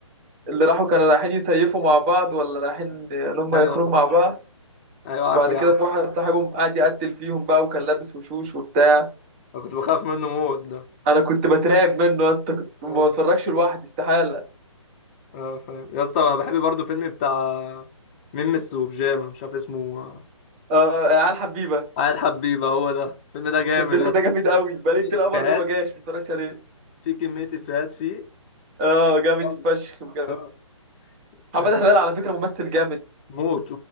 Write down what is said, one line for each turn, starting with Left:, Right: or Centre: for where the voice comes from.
Right: اللي راحوا كانوا رايحين يسيفوا مع بعض ولا رايحين ان هم
Left: ايوه
Right: يخرجوا مع بعض
Left: ايوه عارفه
Right: وبعد
Left: يا
Right: كده
Left: عم
Right: في واحد صاحبهم قاعد يقتل فيهم بقى وكان لابس وشوش وبتاع
Left: انا كنت بخاف منه موت ده
Right: انا كنت بترعب منه يا اسطى كنت ما
Left: اه
Right: بتفرجش لوحدي استحاله
Left: اه فاهم يا اسطى انا بحب برضه فيلم بتاع ميمس وبيجامه مش عارف اسمه
Right: اه العيال حبيبه
Left: عاد حبيبه هو ده الفيلم ده جامد
Right: الفيلم
Left: يا
Right: ده
Left: اسطى
Right: جامد قوي بقالي
Left: في
Right: كتير قوي برضه
Left: افيهات
Right: ما جاش ما اتفرجتش عليه
Left: في كميه افيهات فيه
Right: اه جامد
Left: جامدة.
Right: فشخ بجد
Left: اه آه،
Right: محمد هلال على فكره ممثل جامد
Left: موت